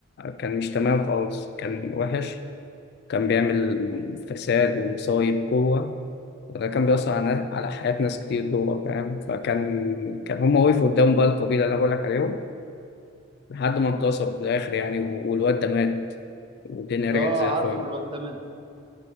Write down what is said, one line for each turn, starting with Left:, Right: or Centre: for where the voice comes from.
Left: كان مش تمام خالص كان وحش كان بيعمل فساد ومصايب جوه وده كان بيأثر على على حياة ناس كتير جوه فاهم فكان كان هما وقفوا قدام بقى القبيلة اللي أنا بقولك عليهم لحد ما انتصر في الآخر يعني و- والواد ده مات والدنيا رجعت
Right: اه
Left: زي
Right: عارفه
Left: الفل
Right: الواد ده منه